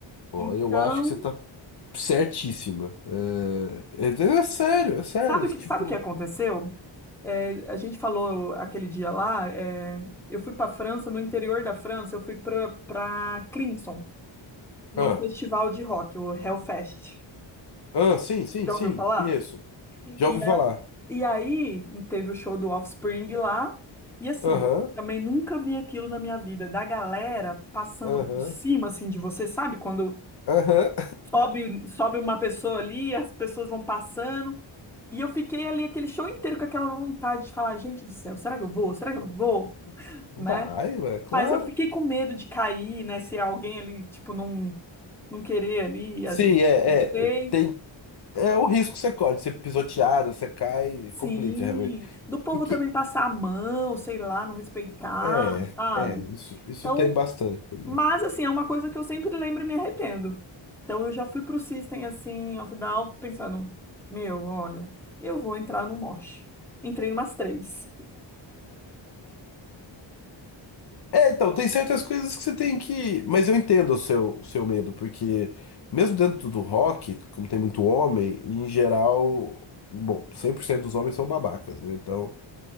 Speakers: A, on the left; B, in the centre.
A: Ó,
B: Então,
A: eu acho que você tá certíssima. É, é, é sério, é sério.
B: sabe o que,
A: Tipo.
B: sabe o que aconteceu? É, a gente falou aquele dia lá, é, eu fui para França, no interior da França, eu fui para para Clinson, num
A: Ah,
B: festival de rock, o Hellfest.
A: ah, sim, sim,
B: Já
A: sim,
B: ouviu falar?
A: conheço. Já
B: E,
A: ouvi
B: é-
A: falar.
B: e aí teve o show do Offspring lá, e assim,
A: Aham,
B: também nunca vi aquilo na minha vida, da galera passando
A: aham,
B: por cima assim de você, sabe? Quando
A: aham.
B: sobe, sobe uma pessoa ali, as pessoas vão passando. E eu fiquei ali aquele show inteiro com aquela vontade de falar, gente do céu, será que eu vou? Será que eu vou?
A: <laughs>
B: Né?
A: Vai, ué, claro.
B: Mas eu fiquei com medo de cair, né? Se alguém ali, tipo, não, não querer ali
A: Sim,
B: ajudar.
A: é,
B: Não sei.
A: é, tem, é o risco que você corre, de ser pisoteado, você cai,
B: Sim.
A: complica realmente.
B: Do povo
A: E que,
B: também passar a mão, sei lá, não respeitar,
A: é,
B: sabe?
A: é, isso, isso
B: Então,
A: tem bastante também.
B: mas assim, é uma coisa que eu sempre lembro e me arrependo. Então eu já fui pro System, assim, of a Down, pensando, meu, olha, eu vou entrar no mosh. Entrei numas três.
A: É, então, tem certas coisas que você tem que. Mas eu entendo o seu, o seu medo, porque mesmo dentro do rock, como tem muito homem, em geral, bom, 100% dos homens são babacas, né? Então,